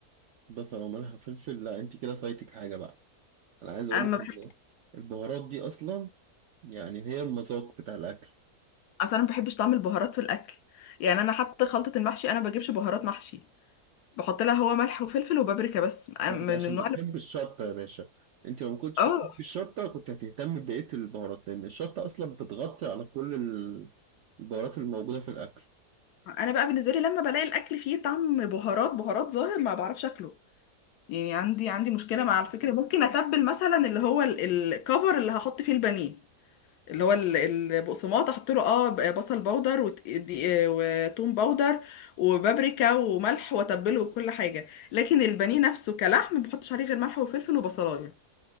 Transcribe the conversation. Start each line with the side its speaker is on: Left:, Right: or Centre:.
Right: بس لو مالها فلفل لا انت كده فايتك حاجة بقى انا عايز اقولك
Left: انا ما بحب
Right: ان البهارات دي اصلا يعني هي المذاق بتاع الاكل
Left: اصلا ما بحبش طعم البهارات في الاكل يعني انا حتى خلطه المحشي انا ما بجيبش بهارات محشي بحط لها هو ملح وفلفل وبابريكا بس أنا
Right: ما
Left: من
Right: انت عشان
Left: النوع
Right: بتحب
Left: اللي
Right: الشطة يا باشا انت لو ما كنتش
Left: اه
Right: بتحب الشطة كنت هتهتم ببقية البهارات لان الشطة اصلا بتغطي على كل ال- البهارات الموجودة في الاكل
Left: انا بقى بالنسبه لي لما بلاقي الاكل فيه طعم بهارات بهارات ظاهر ما بعرفش اكله يعني عندي عندي مشكله مع الفكره ممكن اتبل مثلا اللي هو ال- الكفر اللي هحط فيه البانيه اللي هو ال- البقسماط احط له اه ب- بصل بودر وت- دي- آه، وتوم بودر وبابريكا وملح واتبله وكل حاجه لكن البانيه نفسه كلحم ما بحطش عليه غير ملح وفلفل وبصلايه